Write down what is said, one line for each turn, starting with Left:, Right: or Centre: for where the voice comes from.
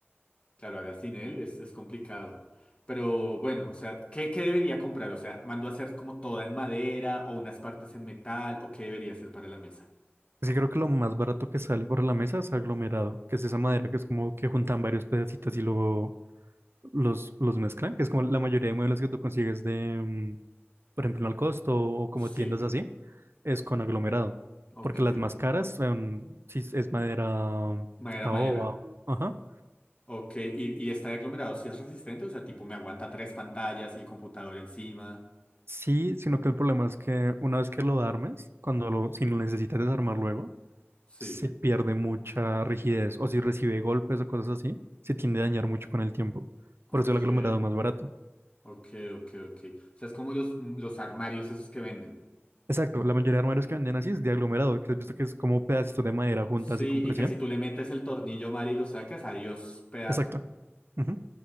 Left: claro, ahora sin él es, es complicado. Pero bueno, o sea, ¿qué, qué debería comprar? O sea, ¿mando a hacer como toda en madera o unas partes en metal o qué debería hacer para la mesa?
Right: Sí, creo que lo más barato que sale por la mesa es aglomerado, que es esa madera que es como que juntan varios pedacitos y luego los, los mezclan, que es como la mayoría de muebles que tú consigues de, mm, por ejemplo, en el costo o como
Left: Sí,
Right: tiendas así, es con aglomerado.
Left: ok,
Right: Porque las más caras son, si es madera mm,
Left: madera,
Right: caoba,
Left: madera.
Right: ajá.
Left: Ok, y, y está de aglomerado, si es resistente, o sea, tipo, me aguanta tres pantallas, el computador encima.
Right: Sí, sino que el problema es que una vez que lo armes, cuando lo, si lo necesitas desarmar luego,
Left: Sí.
Right: se pierde mucha rigidez o si recibe golpes o cosas así, se tiende a dañar mucho con el tiempo.
Left: Ok,
Right: Por eso el aglomerado es más barato.
Left: ok, ok, ok. O sea, es como los, mm, los armarios esos que venden.
Right: Exacto, la mayoría de armarios que venden así es de aglomerado, que has visto que es como pedacitos de madera juntas
Left: Sí,
Right: y con presión.
Left: y que si tú le metes el tornillo mal y lo sacas, adiós, pedazo.
Right: Exacto. ujú.